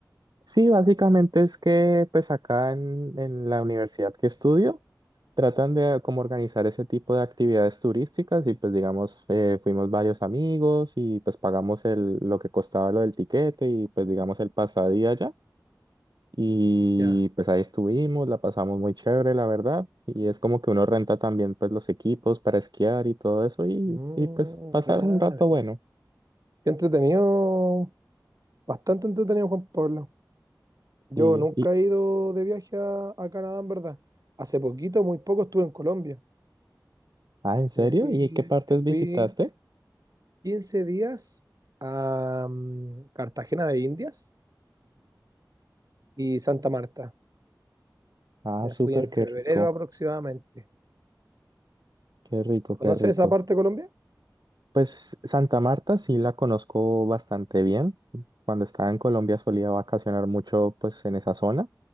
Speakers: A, on the right; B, on the right.
A: Sí, básicamente es que pues acá en, en la universidad que estudio tratan de como organizar ese tipo de actividades turísticas y pues digamos eh, fuimos varios amigos y pues pagamos el, lo que costaba lo del tiquete y pues digamos el pasadía allá y
B: Ya.
A: pues ahí estuvimos, la pasamos muy chévere la verdad y es como que uno renta también pues los equipos para esquiar y todo eso y,
B: Mm,
A: y pues pasar
B: claro.
A: un rato bueno
B: Qué entretenido, bastante entretenido, Juan Pablo. Yo
A: y,
B: nunca
A: y
B: he ido de viaje a, a Canadá, en verdad. Hace poquito, muy poco, estuve en Colombia.
A: ah, ¿en serio?
B: Me fui,
A: ¿Y qué partes
B: me fui
A: visitaste?
B: Quince días a mm, Cartagena de Indias y Santa Marta.
A: Ah,
B: Me
A: súper,
B: fui en
A: qué
B: febrero
A: rico,
B: aproximadamente.
A: qué rico,
B: ¿Conoces
A: qué rico.
B: esa parte de Colombia?
A: Pues Santa Marta sí la conozco bastante bien. Cuando estaba en Colombia solía vacacionar mucho pues en esa zona.